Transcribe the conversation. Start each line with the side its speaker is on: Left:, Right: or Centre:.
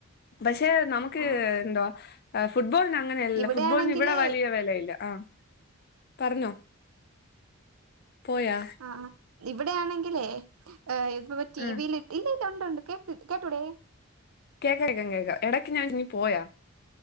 Left: പക്ഷേ നമുക്ക്
Right: ആ
Left: എന്തോ ഫുട്ബോളിന് അങ്ങനെയല്ല
Right: ഇവിടെയാണെങ്കില്
Left: ഫുട്ബോളിന് ഇവിടെ വലിയ വെലയില്ല ആഹ് പറഞ്ഞോ പോയാ
Right: ആഹ് ആഹ് ഇവിടെയാണെങ്കിലേഏ ഇപ്പൊ ടി
Left: ആ
Right: വി ല് ഇല്ലല്ലാ ഉണ്ടുണ്ട് കേട്ട് കേട്ടൂടെ
Left: കേക്കാം കേക്കാം കേക്കാം എടക്ക് വെച്ച് ഞാൻ നീ പോയാ